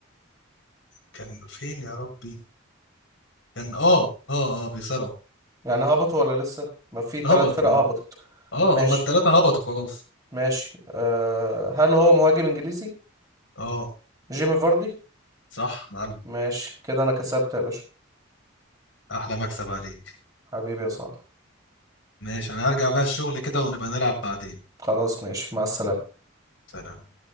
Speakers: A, on the left (about 70°); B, on the right (about 15°).
A: كان فين يا ربي كان اه اه اه بيصارعوا
B: يعني هبط ولا لسه؟ ما في ثلاث
A: هبط
B: فرق
A: اه
B: هبطت
A: اه
B: ماشي
A: هما التلاتة هبطوا خلاص
B: ماشي أه هل هو مهاجم انجليزي
A: اه
B: جيمي فاردي
A: صح معلم
B: ماشي كده انا كسبت يا باشا
A: احلى مكسب عليك
B: حبيبي يا صاحبي
A: ماشي انا هرجع بقى الشغل كده ونبقى نلعب بعدين
B: خلاص ماشي مع السلامة
A: سلام